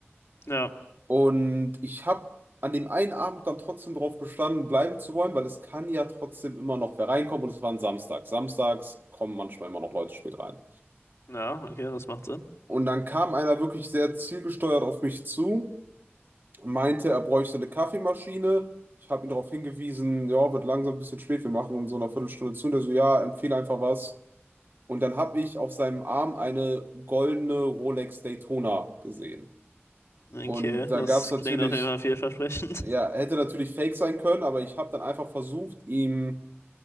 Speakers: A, on the left; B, on the right.
A: ja,
B: Und ich habe an dem einen Abend dann trotzdem drauf bestanden, bleiben zu wollen, weil es kann ja trotzdem immer noch wer reinkommen und es war ein Samstag. Samstags kommen manchmal immer noch Leute spät rein.
A: ja, okay, das macht Sinn.
B: Und dann kam einer wirklich sehr zielgesteuert auf mich zu, meinte, er bräuchte eine Kaffeemaschine. Ich habe ihn darauf hingewiesen, ja, wird langsam ein bisschen spät, wir machen in so einer Viertelstunde zu. Und er so, ja, empfehle einfach was. Und dann habe ich auf seinem Arm eine goldene Rolex Daytona gesehen.
A: Okay,
B: Und da
A: das
B: gab es natürlich
A: klingt auf jeden Fall vielversprechend.
B: Ja,
A: <laughs>
B: hätte natürlich fake sein können, aber ich habe dann einfach versucht, ihm